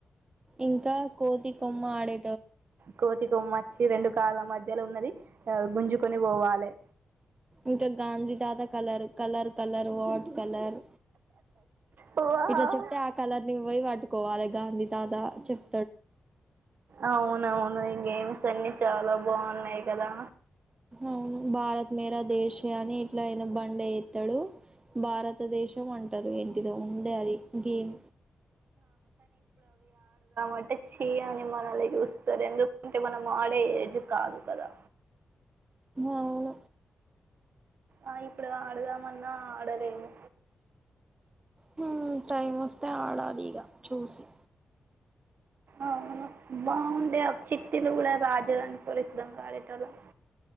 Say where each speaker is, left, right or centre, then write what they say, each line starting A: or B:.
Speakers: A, on the right; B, on the right.
A: ఇంకా కోతి కొమ్మ ఆడే
B: కోతి కొమ్మచ్చి రెండు కాళ్ళ మధ్యలో ఉన్నది ఆ గుంజుకొని పోవాలే
A: ఇంకా గాంధీ తాత colour colour colour what colour
B: వావ్
A: ఇట్లా చెప్తే ఆ కలర్ ని నువ్వు పోయి పట్టుకోవాలే గాంధీ తాత చెప్
B: అవునవును ఈ గేమ్స్ అన్ని చాలా బాగున్నాయి కదా
A: అవును భారత్ మేర దేశే అని ఇట్లా అయనా బండ ఎత్తాడు భారతదేశం అంటారు ఏంటిదో ఉండే అది ఇంకేం
B: అడితే చీ అని మనల్ని చూస్తారు ఎందుకంటే మనం ఆడే ఏజు కాదు కదా
A: అవును
B: ఆ ఇప్పుడు ఆడదామన్నా అడలేము
A: హ్మ్ టైం వస్తే ఆడాలి ఇగ చూసి
B: ఆహ అవును బాగుండే ఆ చిట్టిలు కూడా రాజాని <unintelligible>